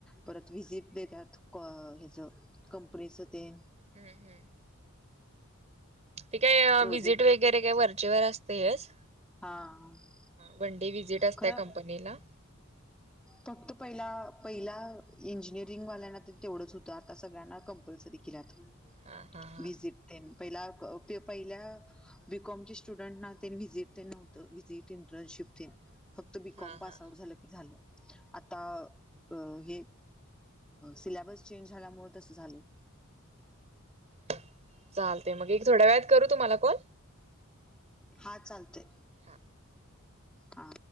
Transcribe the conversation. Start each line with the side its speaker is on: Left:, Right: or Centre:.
Centre: परत व्हिजिट देतात ह्याचं कंपनीचं ते
Right: हम्म हम्म! ते काय
Centre: प्रोजेक्ट
Right: विजिट वगैरे काय वरचेवर असते येस.
Centre: हा
Right: वनडे व्हिजिट असतय
Centre: खरं
Right: कंपनीला.
Centre: फक्त पहिला पहिला इंजिनिअरिंगवाल्यांना तेवढंच होतं आता सगळ्यांना कंपल्सरी केल्यात
Right: हा हा हा
Centre: व्हिजिट पहिल्या पहिल्या. बीकॉम च्या स्टुडंट ला व्हजिट ते नव्हतं व्हजिट इंटर्नशिप ते फक्त बीकॉम
Right: हा
Centre: पास
Right: हा
Centre: आउट झालं की झालं. आता हे सिलेबस चेंज झाल्यामुळे तस झाले.
Right: चालते मग थोड्या वेळात करू तुम्हाला कॉल.
Centre: हा चालतय
Right: हा
Centre: हा!